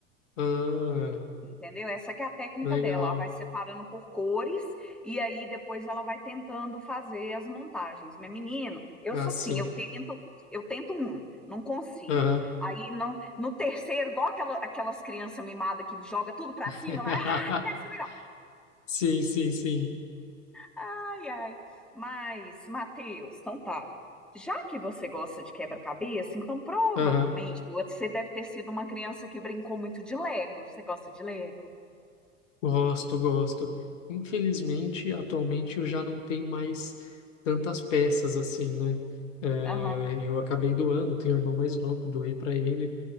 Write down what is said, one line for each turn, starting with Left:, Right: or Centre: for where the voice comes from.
Left: Ah,
Centre: entendeu? Essa que é a técnica
Left: legal.
Centre: dela. Ela vai separando por cores e aí depois ela vai tentando fazer as montagens. Mas, menino, eu
Left: Ah,
Centre: sou
Left: sim.
Centre: assim, eu tento, eu tento um, não consigo.
Left: Aham.
Centre: Aí não, no terceiro, igual aquela, aquelas crianças mimadas que joga tudo pra
Left: <laughs>
Centre: cima, vai, ah, não quero saber
Left: Sim, sim, sim.
Centre: Ai, ai. Mas, Matheus, então tá. Já que você gosta de quebra-cabeça, então provavelmente
Left: Aham.
Centre: você deve ter sido uma criança que brincou muito de Lego. Você gosta de Lego?
Left: Gosto, gosto. Infelizmente, atualmente eu já não tenho mais tantas peças assim, né? É,
Centre: Aham.
Left: eu acabei doando, tenho um irmão mais novo, doei para ele.